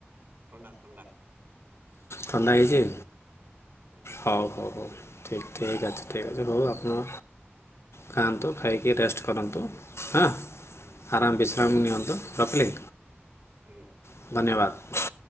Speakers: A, on the right; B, on the left.
A: ଥଣ୍ଡା ଥଣ୍ଡା।
B: ଥଣ୍ଡା ହେଇଛି
A: ଆଜ୍ଞା।
B: ହେଉ ହଉ ହଉ ଠିକ୍ ଠିକ୍ ଅଛି। ଠିକ୍ ଅଛି ଭଉ ଆପଣ ଖାଆନ୍ତୁ ଖାଇକି ରେଷ୍ଟ କରନ୍ତୁ ହଁ।
A: ହୁଁ।
B: ଆରାମ ବିଶ୍ରାମ ନିଅନ୍ତୁ ରଖିଲି।
A: ଆଜ୍ଞା।
B: ଧନ୍ୟବାଦ।